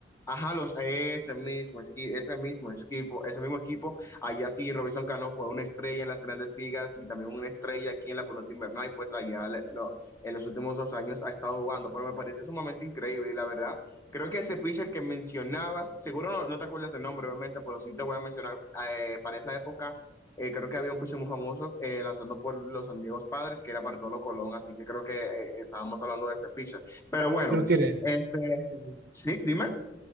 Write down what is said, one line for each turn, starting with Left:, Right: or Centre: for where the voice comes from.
Left: Ajá, los, ese mismo, esqui- ese mismo equipo, ese mismo equipo, allá sí Robinson Cano fue una estrella en las grandes ligas y también una estrella aquí en la pelota invernal, y pues allá le- lo- en los últimos dos años ha estado jugando, pero me parece sumamente increíble y la verdad. Creo que ese pitcher que mencionabas, seguro no, no te acuerdas el nombre, obviamente, pero sí te voy a mencionar, eh, para esa época, eh, creo que había un pitcher muy famoso eh, lanzando por los San Diego Padres, que era Bartolo Colón, así que creo que eh, estábamos hablando de ese pitcher. Pero
Right: y
Left: bueno,
Right: creo que era él.
Left: este,
Right: Sí, sí, sí.
Left: sí, dime.